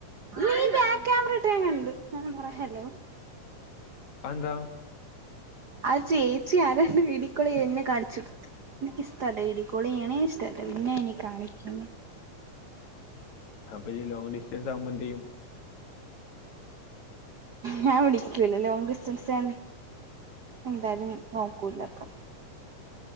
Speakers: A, on the right; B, on the left.
A: നീ ബേക്ക്യാമറ ഇട്ടെ ഞാൻ കണ്ട്, ആഹ് പറ ഹലോ
B: അതെന്താ?
A: അത് ചേച്ചി ആരാണ്ട് വീഡിയോ കോളെയ്യ എന്നെ കാണിച്ചു <unintelligible> ഇയ്ക്ക് ഇഷ്ടല്ല, വീഡിയോകോളെയ്യ്ണേ ഇഷ്ടല്ല. പിന്നെ ഇനി കാണിക്ക്ന്ന്.
B: അപ്പൊ ഇയ് ലോങ് ഡിസ്ററൻസാകുമ്പോ എന്തെയ്യും?
A: ഞാൻ വിളിക്കൂല്ല, ലോങ് ഡിസ്റ്റൻസാ എന്തായാലും നോക്കൂലപ്പം